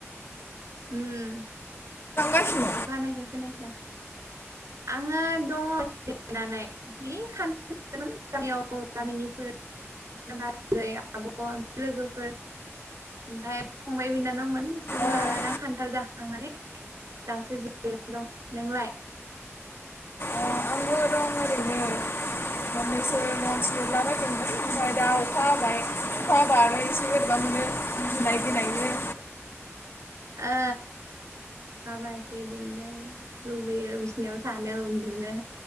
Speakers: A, on the right; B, on the left.
A: उम।
B: <unintelligible>
A: अखा हानायखाय खोनायाखै आं। आङो दङ जिरायनानै। एै खान्थिमोन गामियाव गामिनिफोर बाजै, आब', लोगोफोर, ओमफाय फंबाय बिनानावमोन बिसोरो
B: अ
A: लालाना खान्थाल जाखांनानै दासो जिरायना दं। नोंलाय?
B: अ' आंबो दो ओरैनो। मोननैसो नत्स लिरलाबायदोंमोन। ओमफ्राय दा अखा हाबाय, अखा हाबा आरो एसे बोरैबा मोनो। गिनाय गिनायनो।
A: आ। अखा हाबा एसे बिदिनो जायो लुबैयो बिसनियाव थानो उन्दुनो।